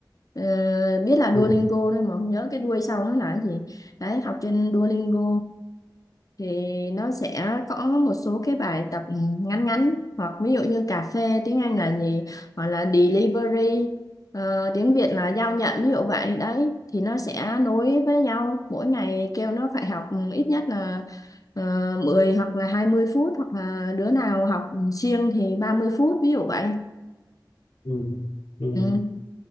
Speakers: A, on the left; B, on the left.
A: Ờ, biết là
B: ừ.
A: Duolingo thôi mà không nhớ cái đuôi sau nó là cái gì đấy học trên Duolingo thì nó sẽ có một số cái bài tập ngắn ngắn hoặc ví dụ như cà phê tiếng Anh là gì hoặc là delivery Ờ, tiếng Việt là giao nhận ví dụ vậy đấy thì nó sẽ nối với nhau mỗi ngày kêu nó phải học ít nhất là uh, 10 hoặc là hai mươi phút hoặc là đứa nào học siêng thì ba mươi phút ví dụ vậy
B: Ừ. Ừ.
A: ừ.